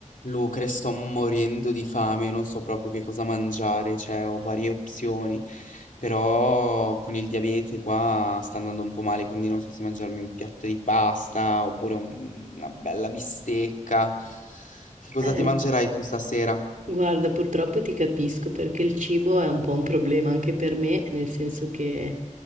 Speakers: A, on the left; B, on the right.
A: Lucre, sto morendo di fame, non so proprio che cosa mangiare, cioè ho varie opzioni, però con il diabete qua sta andando un po' male, quindi non so se mangiarmi un piatto di pasta oppure un- una bella bistecca. Che cosa
B: Eh,
A: ti mangerai tu stasera?
B: guarda, purtroppo ti capisco perché il cibo è un po' un problema anche per me, nel senso che